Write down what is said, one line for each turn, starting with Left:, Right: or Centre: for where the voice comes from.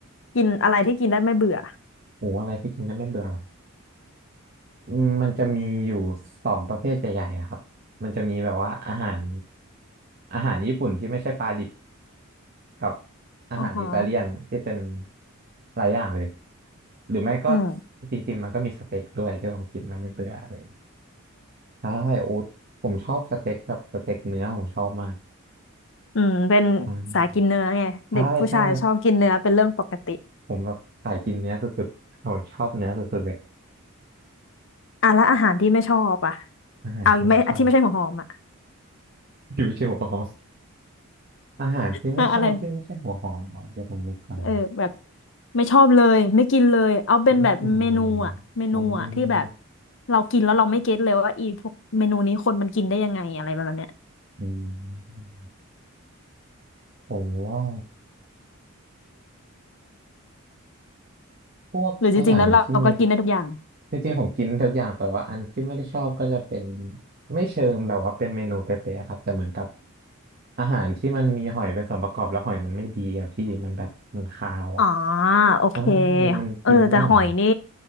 Left: กินอะไรที่กินได้ไม่เบื่อ
Right: ๆหมูอะไรที่กินแล้วไม่เบื่อหรออืมมันจะมีอยู่สองประเภทใหญ่ๆอะครับมันจะมีแบบว่าอาหารอาหารญี่ปุ่นที่ไม่ใช่ปลาดิบกับอาหารอิตาเลียนที่เป็น
Left: อ๋อฮะ
Right: หลายอย่างเลยหรือไม่ก็
Left: อืม
Right: จริงๆมันก็มีสเต็กด้วยที่ผมกินแล้วไม่เบื่ออะไรอย่างเงี้ยใช่โอ้ผมชอบสเต็กแบบสเต็กเนื้อผมชอบมาก
Left: อืมเป็น
Right: อ่า
Left: สายกินเนื้อไงเด็กผู้ชายชอบกินเนื้อเป็นเรื่องปกติ
Right: ใช่ใช่ ผมแบบสายกินเนื้อสุดๆผมชอบเนื้อสุดๆเลย
Left: อ่ะแล้วอาหารที่ไม่ชอบอ่ะ
Right: อาหารที่ไม่ชอบ
Left: เอาไม่ที่ไม่ใช่หัวหอมอ่ะ
Right: ที่ไม่ใช่หัวหอมอาหารที่ไม่ชอบที่ไม่ใช่หัวหอมเหรอเดี๋ยวผมนึกก่อนนะ
Left: <laughs> อะไร เออแบบไม่ชอบเลยไม่กินเลยเอาเป็นแบบเมนูอะเมนูอะที่แบบ
Right: ไม่กินเลยผมมีงู
Left: เรากินแล้วเราไม่เก็ตเลยว่าอีพวกเมนูนี้คนมันกินได้ยังไงอะไรประมาณเนี้ย
Right: อืมผมว่าพวกอาหารที่มี
Left: หรือจริงๆแล้วเราก็กินได้ทุกอย่าง
Right: จริงๆผมกินทุกอย่างแต่ว่าอันที่ไม่ได้ชอบก็จะเป็นไม่เชิงแบบว่าเป็นเมนูเป๊ะๆครับแต่เหมือนกับอาหารที่มันมีหอยเป็นส่วนประกอบแล้วหอยมันไม่ดีอะพี่มันแบบมันคาวอะ
Left: อ๋อโอเค
Right: อ่ามันกินไม่ไหว
Left: เออแต่หอยนี่